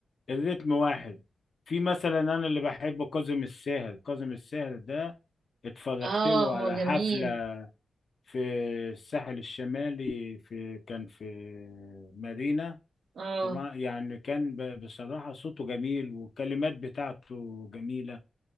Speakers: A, on the left; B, on the right.
A: الريتم واحد في مثلا انا اللي بحبه كاظم الساهر كاظم الساهر ده اتفرجت
B: اه
A: له على
B: هو جميل
A: حفلة في الساحل الشمالي في كان في مارينا
B: اه
A: طبعا يعني كان ب- بصراحة صوته جميل والكلمات بتاعته جميلة